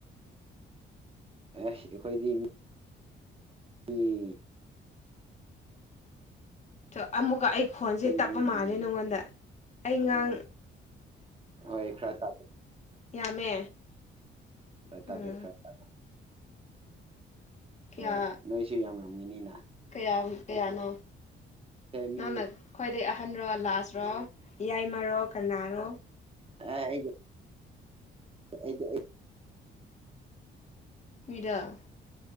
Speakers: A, on the right; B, on the left.
A: ꯑꯦ ꯑꯩꯈꯣꯏꯗꯤ ꯃꯤ ꯑꯩꯈꯣꯏ
B: ꯑꯣ ꯑꯃꯨꯛꯀ ꯑꯩ ꯈꯣꯟꯁꯦ ꯇꯞꯄ
A: ꯏꯃꯨꯡ ꯌꯥꯝꯃꯦꯌꯦ
B: ꯃꯥꯜꯂꯦ ꯅꯉꯣꯟꯗ ꯑꯩ ꯉꯥꯡ
A: ꯑꯣ ꯏ ꯈꯔ ꯊꯥꯗꯦ
B: ꯌꯥꯝꯃꯦ
A: ꯄ ꯇꯞ
B: ꯎꯝ
A: ꯗꯦ꯭ꯔ ꯇꯕ <unintelligible>
B: ꯀꯌꯥ
A: ꯍꯣꯏ ꯅꯣꯏꯁꯨꯦ ꯌꯥꯝꯔꯝꯃꯤꯅꯤꯅ
B: ꯀꯌꯥ ꯀꯌꯥꯅꯣ
A: ꯃꯤ
B: ꯅꯪꯅ ꯈ꯭ꯋꯥꯏꯗꯒꯤꯩ ꯑꯍꯟꯔꯣ ꯂꯥꯁ꯭ꯔꯣ ꯌꯥꯏꯃꯣ ꯀꯅꯥꯔꯣ
A: ꯑꯑꯩꯗꯤ ꯑꯗꯨꯗ
B: ꯗ